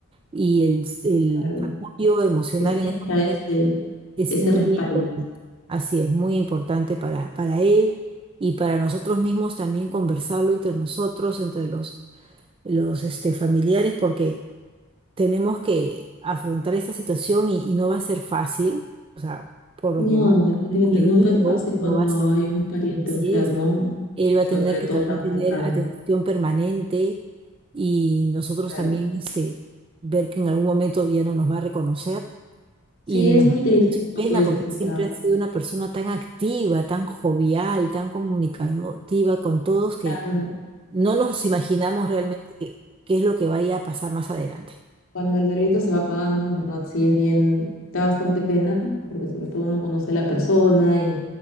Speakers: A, on the right; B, on the left.
A: Y el, el
B: claro,
A: apoyo emocional
B: que sienta
A: en estos momentos
B: ese,
A: es
B: ese
A: muy
B: respaldo.
A: importante, así es, muy importante para, para él y para nosotros mismos también conversarlo entre nosotros, entre los, los este, familiares, porque tenemos que afrontar esta situación y, y no va a ser fácil, o sea, por
B: No,
A: lo que más
B: definitivamente
A: hemos leído,
B: nunca es fácil
A: no
B: cuando
A: va a ser
B: hay un
A: fácil,
B: pariente
A: así
B: enfermo,
A: es. Él va
B: sobre
A: a tener que
B: todo
A: también
B: tan
A: tener
B: cercano.
A: atención permanente y nosotros
B: Claro.
A: también este, ver que en algún momento ya no nos va a reconocer
B: Sí,
A: y nos
B: es muy
A: da
B: triste,
A: mucha
B: como
A: pena
B: tú dices,
A: porque
B: o
A: siempre
B: sea,
A: ha sido una persona tan activa, tan jovial, tan comunicativa con todos que
B: tan,
A: no nos imaginamos realmente qué qué es lo que vaya a pasar más adelante.
B: Cuando el delito se va pagando, en verdad sí es bien, da bastante pena, porque sobre todo uno conoce a la persona y,